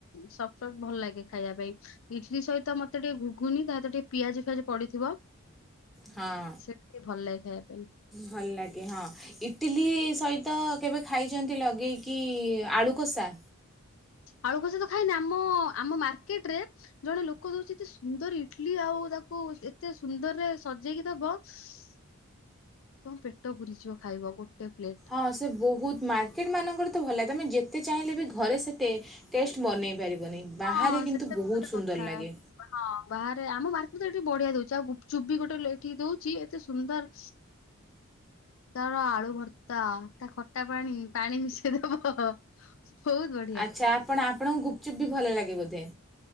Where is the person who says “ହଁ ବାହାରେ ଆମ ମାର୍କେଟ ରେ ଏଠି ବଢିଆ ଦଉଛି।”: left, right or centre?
Left